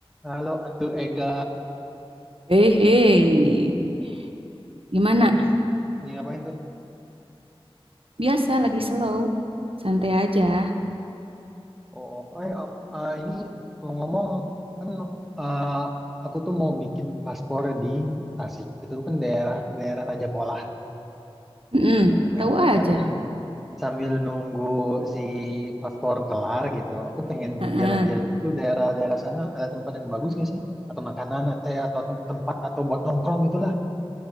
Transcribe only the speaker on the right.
Hei, hei, gimana?
Biasa lagi slow, santai aja.
Mm-mm,
tahu aja.
Heeh,